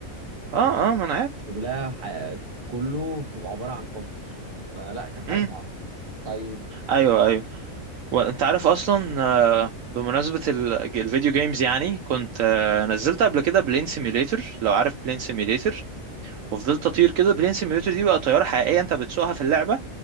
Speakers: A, on the right; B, on the right.
A: يعني
B: اه اه ما انا عارف
A: شغلها ح- كله في- عبارة عن كونكر فلا كانت حاجة
B: امم
A: صعبة طيب
B: ايوه ايوه وانت عارف اصلا آه، بمناسبه ال- الفيديو جيمز يعني كنت آه، نزلت قبل كده بلين سيميوليتر لو عارف بلين سيميوليتر وفضلت اطير كده بلين سيميوليتر دي بقى طياره حقيقيه انت بتسوقها في اللعبه